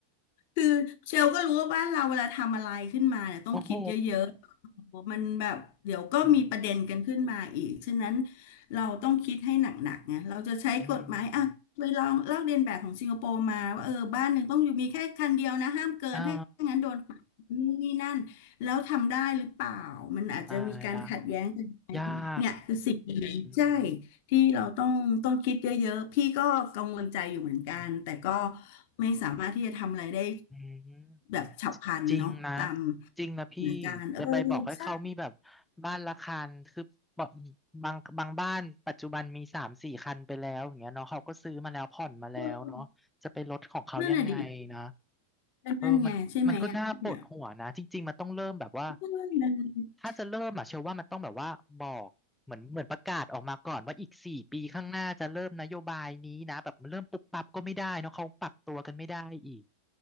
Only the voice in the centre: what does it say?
โอ้โหอืม
อืมอืมอ่าตายละยาก
อืม
อืม
อืม
จริงนะจริงนะพี่
จะไปบอกให้เขามีแบบ
บ้านละคันคือบอกบางบางบ้านปัจจุบันมีสามสี่คันไปแล้วอย่างเงี้ยเนาะเขาก็ซื้อมาแล้วผ่อนมาแล้วเนาะจะไปลดของเขายังไงนะ
เออมันมันก็น่าปวดหัวนะจริงๆมันต้องเริ่มแบบว่า
ถ้าจะเริ่มอะเชื่อว่ามันต้องแบบว่าบอกเหมือนเหมือนประกาศออกมาก่อนว่าอีกสี่ปีข้างหน้าจะเริ่มนโยบายนี้นะแบบเริ่มปุ๊บปั๊บก็ไม่ได้เนาะเขาปรับตัวกันไม่ได้อีก